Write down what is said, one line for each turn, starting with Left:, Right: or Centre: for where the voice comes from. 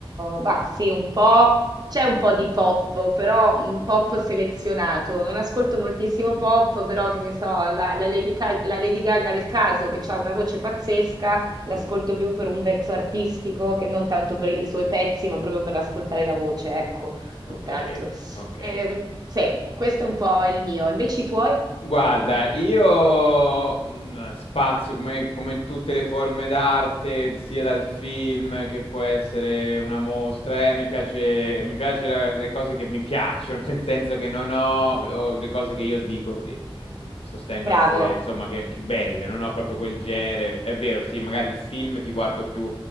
Right: bah, sì, un po', c'è un po' di pop, però un pop selezionato. Non ascolto moltissimo pop, però che ne so, la, la Lady Ga- la Lady Gaga del caso che ha una voce pazzesca l'ascolto
Left: ti piace.
Right: più per un pezzo artistico che non tanto per i suoi pezzi, ma proprio per ascoltare la voce, ecco, più
Left: Ok,
Right: che altro.
Left: ok.
Right: Ehm, sì, questo è un po' il mio. Invece i tuoi?
Left: Guarda, io mh, spazio come, come in tutte le forme d'arte, sia dal film che può essere una mostra, eh, mi piace, mi piace la- le cose che mi piacciono, <laughs> nel senso che non ho, o le cose che io dico, di- mh, sostengo
Right: Bravo.
Left: essere, insomma, che, che belle, non ho proprio quel genere. È vero, sì, magari il film ti guardo più